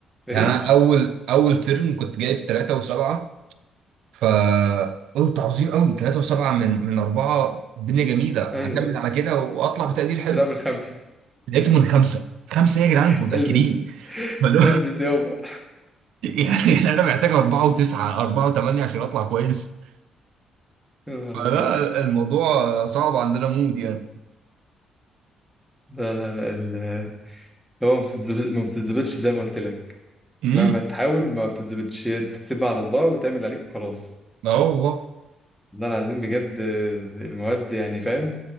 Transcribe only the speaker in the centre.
ايه
ايوه ايه
ترى من خمسة
<laughs>
البس
البس يابا
يا نهار
ابيض
لا لا لا ال- هو ما بتتظبط- ما بتتظبطش زي ما قلت لك
مهما تحاول ما بتتظبطش هي تسيبها على الله وتعمل عليك وخلاص
والله العظيم بجد آه، المواد يعني فاهم